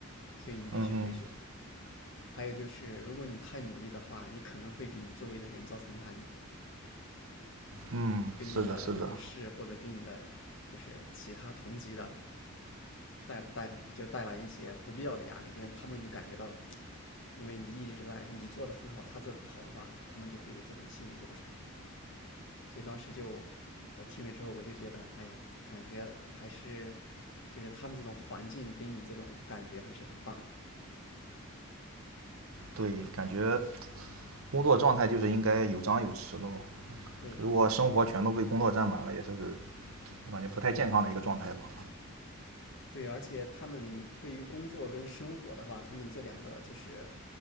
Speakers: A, on the left; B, on the right.
A: 所以你必须回去。
B: 嗯嗯
A: 还有就是，如果你太努力的话，你可能会给你周围的人造成压力，
B: 嗯，
A: 给你的同事或者给你的就是其他同级的
B: 是的，是的，
A: 带带就带来一些不必要的压力，就他们就感觉到，因为你一直在你做的很好，他做的不好的话，他们就会有这种心理落差。所以当时就我听了之后，我就觉得，哎呀，感觉还是就是他们这种环境给你这种感觉还是很棒的。
B: 对，感觉工作状态就是应该有张有弛的嘛。
A: 对，
B: 如果生活全都被工作占满了，也是我感觉不太健康的一个状态吧。
A: 对，而且他们对于工作跟生活的话，他们这两个就是，